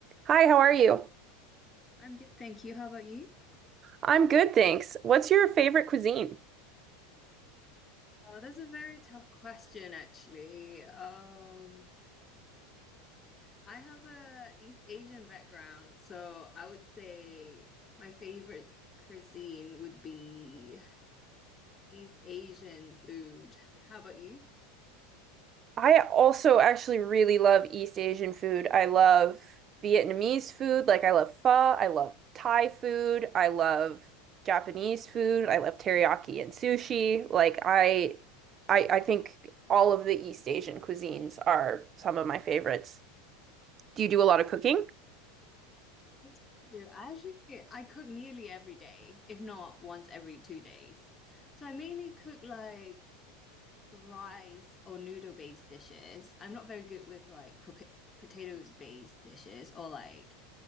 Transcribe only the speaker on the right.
Hi, how are you?
I'm good, thanks. What's your favorite cuisine?
I also actually really love East Asian food. I love Vietnamese food, like I love pho, I love Thai food, I love Japanese food, I love teriyaki and sushi. Like I I I think all of the East Asian cuisines are some of my favorites. Do you do a lot of cooking?